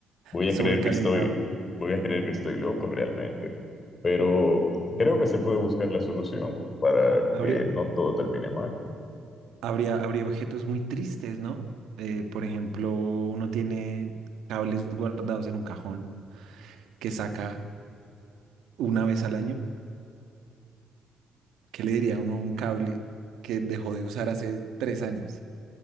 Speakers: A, on the left; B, on the right.
A: voy
B: Sobrecalentado.
A: a creer que estoy, voy a creer que estoy loco realmente. Pero
B: Mm.
A: creo que se puede buscar la solución para
B: Habría,
A: que no todo termine mal.
B: Habría, habría objetos muy tristes, ¿no? Eh, por ejemplo, uno tiene cables guardados en un cajón que saca una vez al año. ¿Qué le diría uno a un cable que dejó de usar hace tres años?